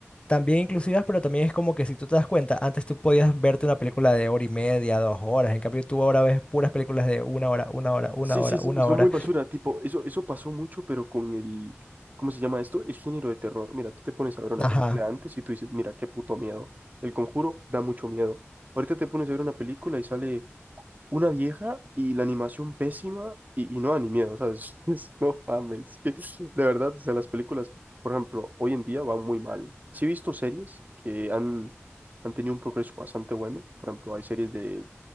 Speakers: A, on the left; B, on the right.
A: También inclusivas, pero también es como que si tú te das cuenta, antes tú podías verte una película de hora y media, dos horas, en cambio tú ahora ves puras películas de una hora, una hora, una
B: Sí,
A: hora,
B: sí, sí,
A: una
B: y son
A: hora.
B: muy basura, tipo, eso, eso pasó mucho, pero con el, ¿cómo se llama esto? El género de terror. Mira, tú te pones a ver una
A: Ajá.
B: película antes y tú dices, mira, qué puto miedo. El Conjuro da mucho miedo. Ahorita te pones a ver una película y sale una vieja y la animación pésima y, y no da ni miedo, o sea, es- <laughs> es- no mames, que de verdad, o sea, las películas, por ejemplo, hoy en día van muy mal. Sí he visto series que han, han tenido un progreso bastante bueno, por ejemplo, hay series de,